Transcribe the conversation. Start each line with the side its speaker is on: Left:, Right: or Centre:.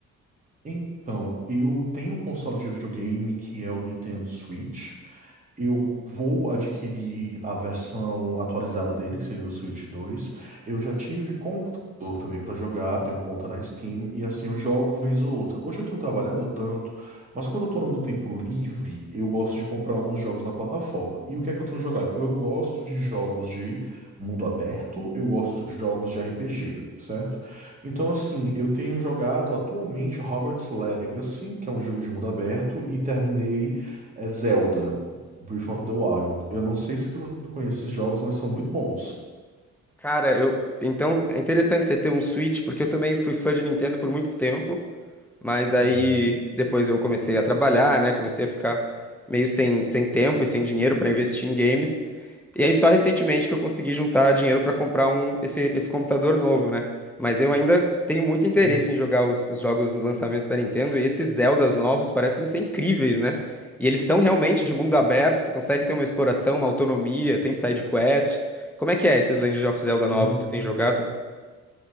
Right: Então, eu tenho um console de videogame que é o Nintendo Switch. Eu vou adquirir a versão atualizada dele, que seria o Switch 2. Eu já tive computador também para jogar, tenho conta na Steam, e assim eu jogo vez ou outra. Hoje eu tenho trabalhado tanto, mas quando eu tô no meu tempo livre, eu gosto de comprar alguns jogos na plataforma. E o que é que eu tenho jogado? Eu gosto de jogos de mundo aberto, eu gosto de jogos de RPG, certo? Então, assim, eu tenho jogado atualmente Hogwarts Legacy, que é um jogo de mundo aberto, e terminei é Zelda. Breath of the Wild. Eu não sei se você conhece esses jogos, mas são muito bons.
Centre: Cara, eu então é interessante você ter um Switch, porque eu também fui fã de Nintendo por muito tempo. Mas aí
Right: Uhum,
Centre: depois eu comecei a trabalhar, né? Comecei a ficar meio sem, sem tempo e sem dinheiro para investir em games. E aí só recentemente que eu consegui juntar dinheiro para comprar um, esse, esse computador novo, né? Mas eu ainda tenho muito interesse
Right: uhum,
Centre: em jogar os, os jogos lançamentos da Nintendo e esses Zeldas novos parecem ser incríveis, né? E eles são realmente de mundo aberto, você consegue ter uma exploração, uma autonomia, tem side quests. Como é que é esses Legend of Zelda novos?
Right: uhum.
Centre: Você tem jogado?